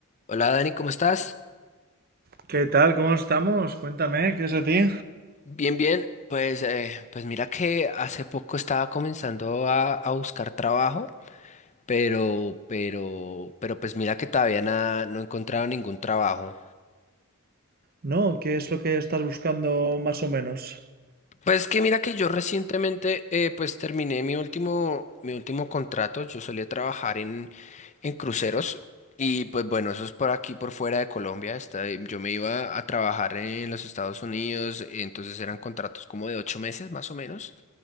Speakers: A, on the left; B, on the right.
A: Hola Dani, ¿cómo estás?
B: ¿Qué tal? ¿Cómo estamos? Cuéntame, ¿qué es de ti?
A: Bien, bien. Pues, eh, pues mira que hace poco estaba comenzando a, a buscar trabajo, pero, pero, pero pues mira que todavía nada, no he encontrado ningún trabajo.
B: No, ¿qué es lo que estás buscando más o menos?
A: Pues que mira que yo recientemente eh, pues terminé mi último, mi último contrato. Yo solía trabajar en, en cruceros y pues bueno, eso es por aquí, por fuera de Colombia. Está- yo me iba a trabajar en los Estados Unidos, entonces eran contratos como de ocho meses más o menos.